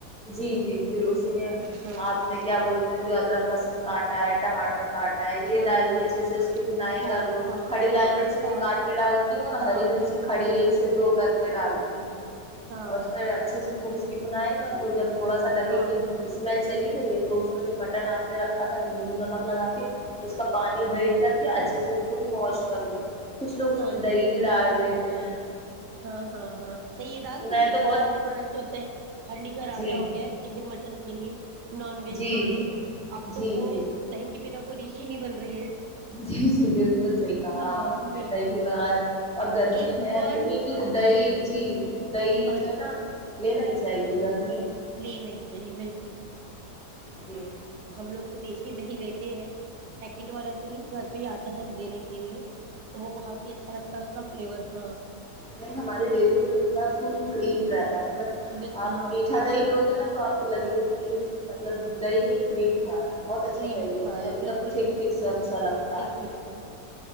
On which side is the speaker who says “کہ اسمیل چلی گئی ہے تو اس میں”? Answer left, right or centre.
Centre